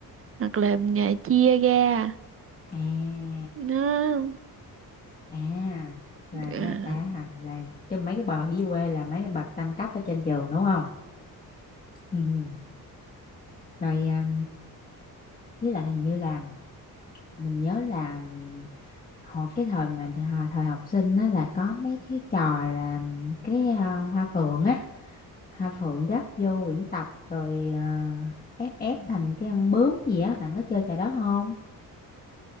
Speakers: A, on the right; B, on the left.
A: hoặc là à, chia ra
B: <laughs> à
A: nó
B: à là
A: à,
B: mấy à, là cái mấy cái bờ ở dưới quê là mấy cái bậc tam cấp ở trên trường đúng không ừ. ừ. rồi à, với lại hình như là mình nhớ là hồi cái thời mà thời, thời học sinh á là có mấy cái trò là cái à, hoa phượng á hoa phượng gấp vô quyển tập rồi à, ép ép thành cái con bướm gì á bạn có chơi trò đó không